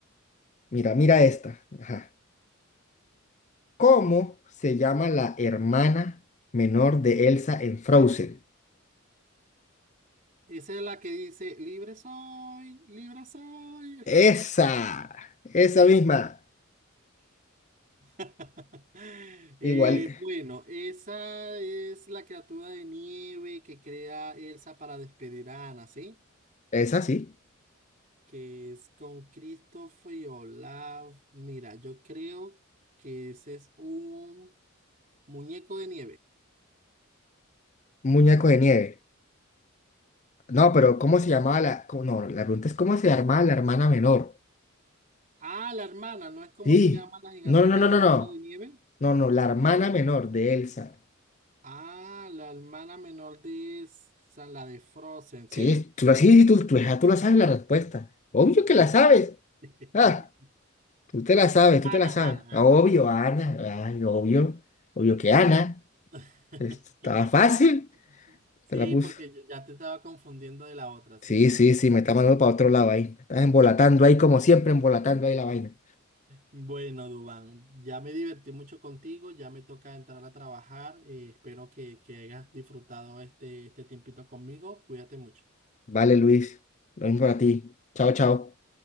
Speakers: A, on the left; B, on the right.
A: mira, mira esta. Ajá. ¿Cómo se llama la hermana menor de Elsa en Frozen?
B: Esa es la que dice, libre soy, libre soy.
A: Esa, esa misma.
B: <laughs> Eh,
A: Igual,
B: bueno, esa es la criatura de nieve que crea Elsa para despedir a Ana, ¿sí?
A: esa sí.
B: Que es con Christopher y Olaf. Mira, yo creo que ese es un muñeco de nieve.
A: Un Muñeco de nieve. No, pero ¿cómo se llamaba la... cómo- No, la pregunta es ¿cómo se llamaba la hermana menor?
B: Ah, la hermana, ¿no es como
A: Sí.
B: se llama la gigantesca
A: No, no, no,
B: criatura
A: no, no.
B: de nieve?
A: No, no, no, la hermana menor de Elsa.
B: Ah, la hermana menor de esa, la de Frozen, ¿sí?
A: Sí, tú, la- sí, sí, tú, tú, ya tú la sabes la respuesta. Obvio que la sabes.
B: <laughs>
A: Ah, tú te la sabes, tú te
B: Ana,
A: la sabes.
B: Ana,
A: Ah,
B: Ana,
A: Obvio,
B: Ana.
A: Ana. Ay, obvio. Obvio que Ana.
B: <laughs>
A: Estaba fácil.
B: Sí,
A: Te la puse
B: porque ya te estaba confundiendo de la otra. Sí,
A: Sí,
B: sí,
A: sí,
B: te
A: sí,
B: pasado.
A: me está mandando para otro lado ahí. Me Estás embolatando
B: <laughs>
A: ahí como siempre, embolatando ahí la vaina.
B: Bueno, Dubán, ya me divertí mucho contigo, ya me toca entrar a trabajar. eh, espero que, que hayas disfrutado este, este tiempito conmigo. Cuídate mucho.
A: Vale, Luis. Lo mismo para ti. Chao, chao.